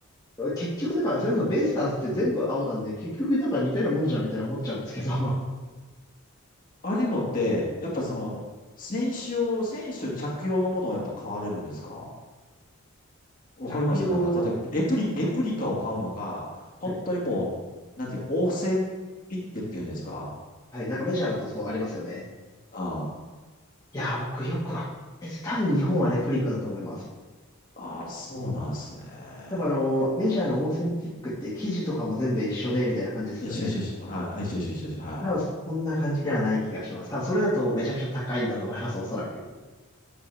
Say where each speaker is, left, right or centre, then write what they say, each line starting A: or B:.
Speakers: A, on the left (about 15°); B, on the left (about 35°).
A: 結局だから、それこそベイスターズって全部青なんで、結局なんか似たようなもんじゃんみたいな思っちゃうんですけど、
B: あれのって、やっぱりその、
A: <laughs>
B: 選手を、選手着用のものをやっぱ買われるんですかわかりますなんか、
A: 着用、
B: 例えば、レプリ、レプリカを買うのか、本当にもう、
A: はい、
B: なんていう、オーセンティックっていうんですか
A: はい、なんかメジャーだとそうありますよね。
B: うん。
A: いやー、僕よくわかんないです。多分日本はレプリカだと思います。
B: ああ、そうなんですね。
A: 多分あの、メジャーのオーセンティックって生地とかも全部一緒で、みたいな感じですよね。
B: よしよしよし。<laughs> はい。はいしよしよしよし。はい。
A: 多分そんな感じではない気がします。多分それだとめちゃくちゃ高いんだと思います、おそらく。